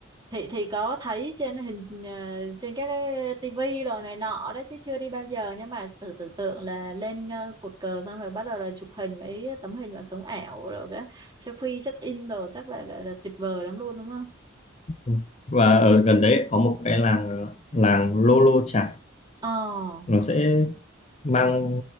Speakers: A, on the right (about 20°); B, on the left (about 30°).
A: Thì thì có thấy trên hình ờ, trên các cái tivi đồ này nọ đấy chứ chưa đi bao giờ nhưng mà tự tưởng tượng là lên ờ, cột cờ xong rồi bắt đầu là chụp hình với tấm hình vào sống ảo rồi cái selfie check in đồ chắc là, là là tuyệt vời lắm luôn đúng không?
B: Ừ. và ở gần đấy có một cái làng ờ, làng Lô Lô Chải
A: Ờ,
B: nó sẽ mang